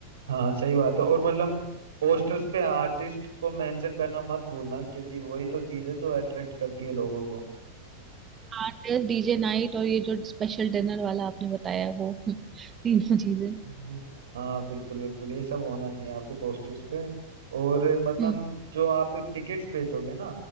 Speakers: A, on the right (about 65°); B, on the right (about 25°).
A: हाँ सही बात है और मतलब पोस्टर्स पे आर्टिस्ट को मेंशन करना मत भूलना क्योंकि वही तो चीज है जो अट्रैक्ट करती है लोगों को
B: आर्टिस्ट डीजे नाइट और ये जो स्पेशल डिनर वाला आपने बताया वो <laughs> तीनों चीजें
A: हम्म। हाँ बिल्कुल बिल्कुल ये सब होना चाहिए आपके पोस्टर्स पे और मतलब
B: हम्म
A: जो आप टिकट्स बेचोगे ना